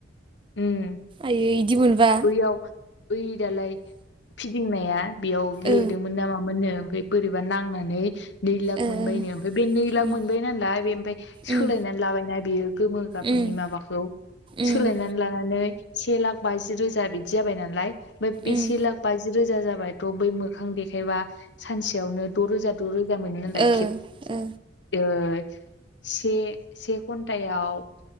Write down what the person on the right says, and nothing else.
आइयै इदि मोनबा
ओ
ओ
ओ
उम
उम
उम
उम
उम
ओ
ओ